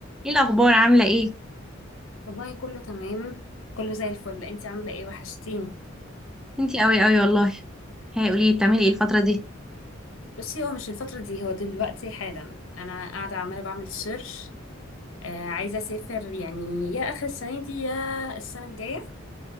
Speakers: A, in the centre; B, on the left.
A: ايه الاخبار عامله ايه
B: والله كله تمام كله زي الفل انتي عاملة ايه وحشتيني
A: انتي قوي قوي والله هي قولي لي بتعملي ايه الفتره دي
B: بصي هو مش الفترة دي هو دلوقتي حالا انا قاعدة عمالة بعمل سيرش آه عايزة اسافر يعني يا اخر السنة دي يا السنة الجاية